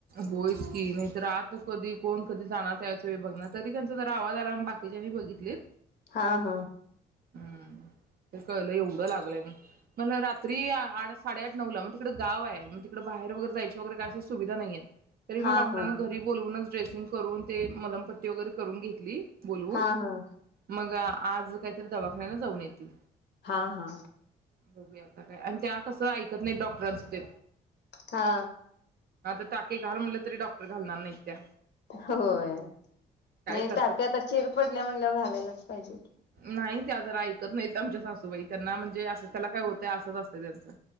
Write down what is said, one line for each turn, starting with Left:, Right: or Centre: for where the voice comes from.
Right: होयच की नाही तर आत कधी कोण कधी जाणार त्याच वेळी बघणार तरी त्याचं तो जरा आवाज आलाम्हणून बाकीच्यानी बघितलीत
Left: हा हा
Right: हम् ते कळलं एवढं लागलंय मग रात्री आठ साडेआठ नऊ ला मग तिकडं गाव आहे मग तिकडं बाहेर वगैरे जायची वगैरे काय अस सुविधा नाहीयेत तरी मी
Left: हा
Right: डॉटरांना
Left: हा
Right: घरी बोलवूनच ड्रेस <unintelligible> करून ते मलमपट्टी वगैरे करून घेतली बोलवून
Left: हा हा
Right: मग आज काहीतरी दवाखान्यातच जाऊन येतील.
Left: हा हा
Right: बघूया आता काय आणि त्या कस तो ऐकत नाही डॉक्टरांचं ते
Left: हा
Right: आता टाके घाल म्हटलं तरी डॉक्टर घालणार नाहीत त्या
Left: होय
Right: काय
Left: नाय
Right: करतात.
Left: टाते आता चिर पडल्या म्हणल्यावर घालायलाच पाहिजे
Right: नाही त्या जरा ऐकत नाहीत आमच्या सासूबाई त्यांना म्हणजे असं त्याला काय होतंय असं ते त्यांचा